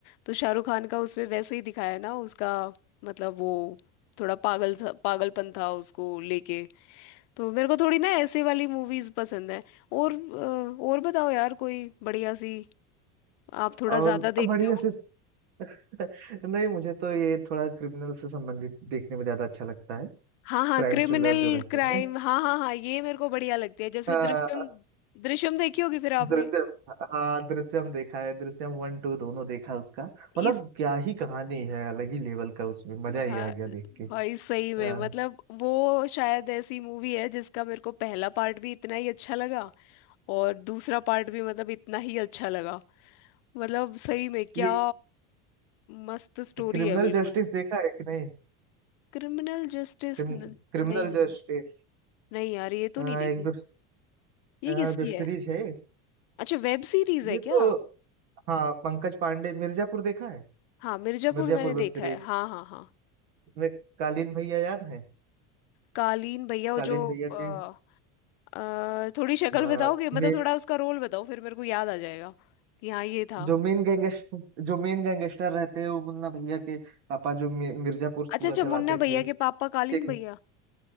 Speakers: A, on the left; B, on the right.
A: तो शाहरुख खान का उसमें वैसे ही दिखाया है ना उसका मतलब वो थोड़ा पागल सा- पागलपन था उसको लेके तो मेरे को थोड़ी ना ऐसे वाली मूवीज पसंद है और अ, और बताओ यार कोई बढ़िया सी आप थोड़ा
B: और
A: ज्यादा देखते
B: बढ़िया
A: हो
B: से <laughs> नहीं मुझे तो ये थोड़ा क्रिमिनल से संबंधित देखने में ज्यादा अच्छा लगता है
A: हाँ हाँ
B: क्राइम
A: क्रिमिनल
B: थ्रिलर जो रहते
A: क्राइम
B: हैं
A: हाँ हाँ हाँ ये मेरे को बढ़िया लगती है जैसे
B: हाँ
A: दृश्यम दृश्यम देखी होगी फिर आपने
B: दृश्यम हाँ दृश्यम देखा है दृश्यम वन टू दोनों देखा है उसका
A: इस
B: मतलब क्या ही कहानी है अलग ही लेवल का उसमें मजा ही
A: भा,
B: आ गया देख के
A: भाई सही
B: हाँ,
A: में मतलब वो शायद ऐसी मूवी है जिसका मेरे को पहला पार्ट भी इतना ही अच्छा लगा और दूसरा पार्ट भी मतलब इतना ही अच्छा लगा मतलब सही में क्या
B: ये
A: मस्त स्टोरी
B: क्रिमिनल
A: है बिल्कुल
B: जस्टिस देखा है कि नहीं
A: क्रिमिनल जस्टिस
B: Crim,
A: न-
B: criminal
A: नहीं यार
B: justice
A: नहीं यार ये तो
B: हाँ
A: नहीं देखी
B: एक वेब
A: ये
B: हाँ,
A: किसकी
B: वेब सीरीज
A: है
B: है
A: अच्छा वेब सीरीज
B: ये
A: है
B: तो
A: क्या
B: हाँ पंकज पांडे मिर्जापुर देखा है
A: हाँ मिर्जापुर
B: मिर्जापुर
A: मैंने
B: वेब
A: देखा
B: सीरीज
A: है हाँ हाँ हाँ
B: उसमें कालीन भैया याद है
A: कालीन भैया वो
B: कालीन
A: जो
B: भैया
A: अ,
B: के
A: अ, थोड़ी शक्ल
B: हाँ
A: बताओगे
B: मे,
A: मतलब थोड़ा उसका रोल बताओ फिर मेरे को याद आ जाएगा कि हाँ ये था
B: जो मेन गैंगस्टर जो मेन गैंगस्टर रहते हैं वो मुन्ना भैया के पापा जो मि, मिर्जापुर
A: अच्छा
B: पूरा
A: अच्छा
B: चलाते
A: मुन्ना भैया
B: थे
A: के पापा
B: किंग
A: कालीन भैया